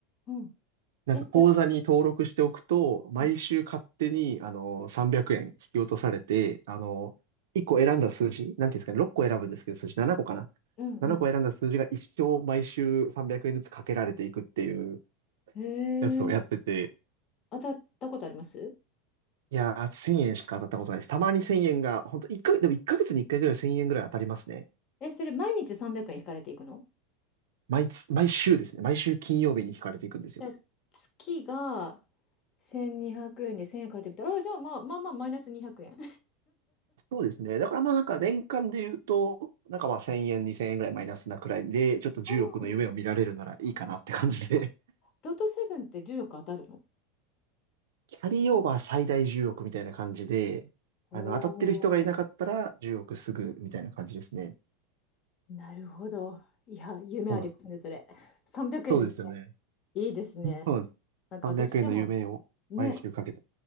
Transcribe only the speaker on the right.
なんか口座に登録しておくと、
毎週勝手に、
あの、300円引き落とされて、あの、1個選んだ数字、なんていうんですかね、6個選ぶんですけど、数字7個かな。
7個選んだ数字が一生毎週300円ずつかけられていくっていう
やつをやってて、
いやー、1000円しか当たったことないです。たまに1000円が、本当一ヶでも1ヶ月に1回ぐらい1000円ぐらい当たりますね。
毎つ、毎週ですね。毎週金曜日に引かれていくんですよ。
そうですね。だからまあなんか年間で言うと、なんかまあ1000円、2000円ぐらいマイナスなくらいで、ちょっと10億の夢を見られるならいいかなって感じで。
<laughs>
キャリーオーバー最大10億みたいな感じで、
あの、当たってる人がいなかったら10億すぐみたいな感じですね。
そうなんです。
そうですよね。
そうです。
300円の夢を毎週かけて。